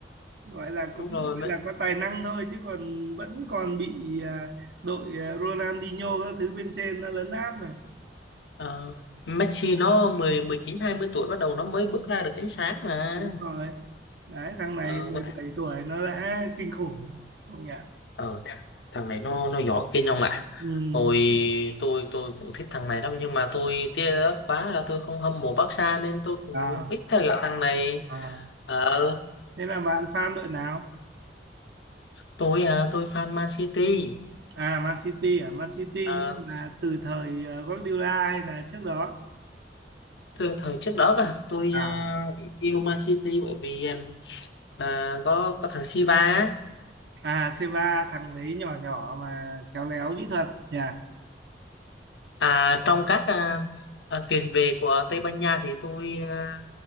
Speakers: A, on the right (about 70°); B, on the left (about 85°).
A: Gọi là
B: Đúng
A: cũng
B: rồi. Mà,
A: là có tài năng thôi chứ còn vẫn còn bị à, đội à, Ronaldinho các thứ bên trên nó lấn áp mà.
B: ờ, Messi nó mười, mười chín hai mươi tuổi bắt đầu nó mới bước ra được ánh sáng mà.
A: Đúng rồi. Đấy thằng này
B: Ờ,
A: mười
B: vậy-
A: bảy tuổi nó đã kinh khủng. Không nhỉ?
B: ờ thằng, thằng này nó nó giỏi kinh không ạ?
A: Ừ.
B: Tôi tôi tôi cũng thích thằng này đâu nhưng mà tôi tiếc đó quá là tôi không hâm mộ Barca nên tôi cũng
A: À,
B: ít theo dõi thằng này.
A: à.
B: Ờ,
A: Thế là bạn fan đội nào?
B: tôi à, tôi fan Man City.
A: À, Man City à? Man City
B: Ờ,
A: nhưng là từ thời ờ, Guardiola hay là trước đó?
B: từ thời trước đó cả tôi
A: À,
B: à, yêu Man City bởi vì à, có có thằng Silva á
A: à C3 thằng đấy nhỏ nhỏ mà khéo léo kỹ thuật nhỉ?
B: À, trong các à, à, tiền vệ của Tây Ban Nha thì tôi à,